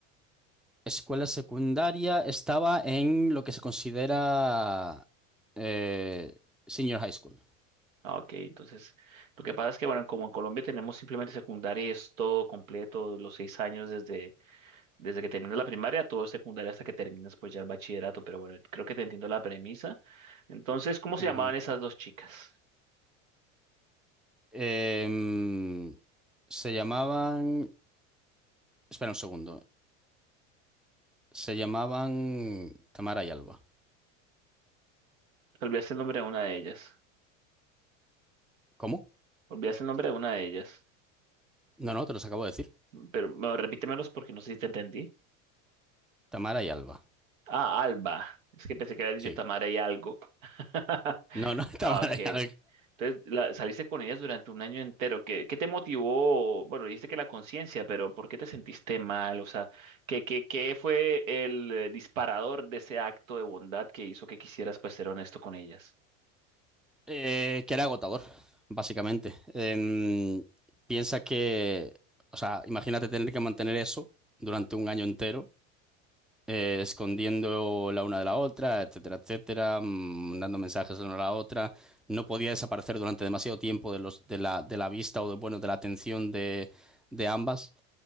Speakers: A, in the centre; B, on the right (about 80°).
A: Escuela secundaria estaba en lo que se considera eh, senior high school.
B: Ah, ok, entonces lo que pasa es que, bueno, como en Colombia tenemos simplemente secundaria, y es todo completo, los seis años desde, desde que terminas la primaria, todo es secundaria hasta que terminas pues ya el bachillerato, pero bueno, creo que te entiendo la premisa. Entonces, ¿cómo se
A: Ujú.
B: llamaban esas dos chicas?
A: Em, se llamaban... Espera un segundo. Se llamaban Tamara y Alba.
B: Te Olvidaste el nombre de una de ellas.
A: ¿Cómo?
B: Olvidaste el nombre de una de ellas.
A: No, no, te los acabo de decir.
B: Pero no, repítemelos porque no sé si te entendí.
A: Tamara y Alba.
B: Ah, Alba. Es que pensé que habías
A: Sí.
B: dicho Tamara y algo. <laughs>
A: No, no, <laughs> Tamara
B: Ah, Ok.
A: y Alba.
B: Entonces, la- saliste con ellas durante un año entero. ¿Qué, qué te motivó? Bueno, dijiste que la conciencia, pero ¿por qué te sentiste mal? O sea, ¿qué, qué, qué fue el eh, disparador de ese acto de bondad que hizo que quisieras, pues, ser honesto con ellas?
A: Eh, que era agotador, básicamente. Em, piensa que, o sea, imagínate tener que mantener eso durante un año entero, eh, escondiendo la una de la otra, etcétera, etcétera, mm, dando mensajes la una a la otra. No podía desaparecer durante demasiado tiempo de los, de la, de la vista o de, bueno, de la atención de, de ambas.